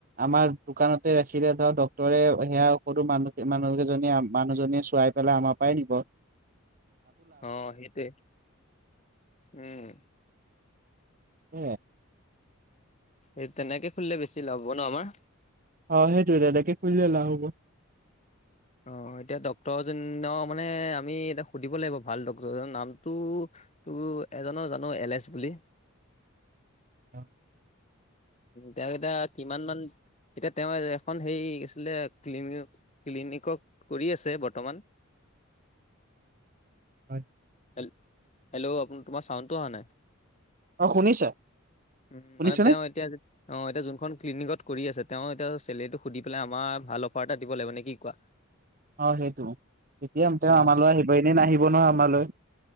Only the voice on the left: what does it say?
<unintelligible> অ সেইটোৱ উম।
এই তেনেকে খুলিলে বেছি ল'ব ন আমাৰ
অ এতিয়া ডক্তৰজনৰ মানে আমি এতিয়া সুধিব লাগিব ভাল ডক্তৰজনৰ নামটো। তোৰ এজনৰ জানো এল এছ বুলি
তেনে তাত কিমান মান এতিয়া তেওঁ এখন সেই আছিলে ক্লিন ক্লিনিকক কৰি আছে বৰ্তমান। <unintelligible>
ল হেল্ল' আপ তোমাৰ চাউণ্ডটো অহা নাই।
উম
মানে তেওঁ এতিয়া যে। অ এতিয়া যোনখন ক্লিনিকত কৰি আছে তেওঁ এতিয়া চেলেৰীটো সুধি পেলাই আমাৰ ভাল অফাৰ এটা দিব লাগিব নে কি কোৱা।
অ